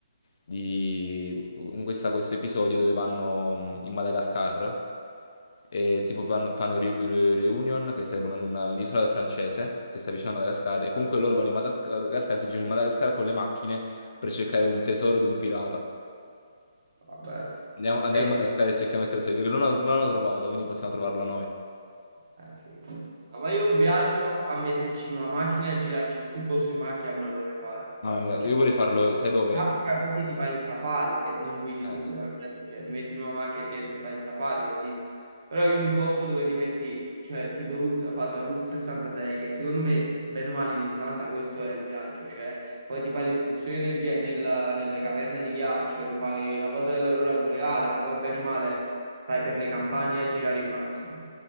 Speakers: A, on the left; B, on the right.
A: di con questa- questo episodio dove vanno mh, in Madagascar e tipo fanno, fanno ri- ri- Reunion, che sarebbe una- una- un'isola francese che sta vicino a Madagascar, e comunque loro vanno in Madas- Madagascar, si girano in Madagascar con le macchine per cercare un tesoro di un pirata.
B: Va bello.
A: Andiamo, andiamo
B: Eh,
A: in Madagascar e cerchiamo il tesoro, perché non l'hanno non l'hanno trovato, quindi possiamo trovarlo noi.
B: Eh, figo. No, ma io un viaggio a metterci in una macchina e girarci tutto il posto in macchina me lo vorrei fare.
A: No, io
B: Cioè,
A: vorrei farlo, sai dove?
B: in Africa così ti fai il safari, che non guidi
A: Eh
B: tu,
A: sì.
B: chiaramente, cioè ti metti in una macchina e ti, ti fai il safari così. Però io in un posto dove ti metti, cioè tipo route, fatto a Route 66, che secondo me, bene o male in Islanda, questo è il viaggio, cioè poi ti fai l'escursione nel ghi- nella- nelle caverne di ghiaccio, ti fai la cosa dell'aurora boreale, ma poi bene o male stai per le campagne a girare in macchina.